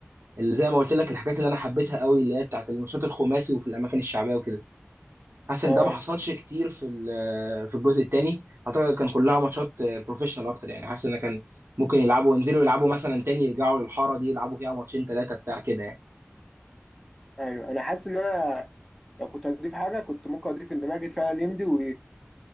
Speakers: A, on the right; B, in the centre.
A: اللي زي ما قلت لك الحاجات اللي انا حبيتها قوي اللي هي بتاعت الماتشات الخماسي وفي الاماكن الشعبيه وكده حاسس
B: اه
A: ان ده ما حصلش كتير في ال- في الجزء الثاني اعتقد كان كلها ماتشات بروفيشنال اكتر يعني حاسس ان كان ممكن يلعبوا ينزلوا يلعبوا مثلا تاني يرجعوا للحاره دي يلعبوا فيها ماتشين ثلاثه بتاع كده يعني
B: ايوه انا حاسس ان انا لو كنت هضيف حاجة كنت ممكن اضيف ان ماجد فعلا يمضي و-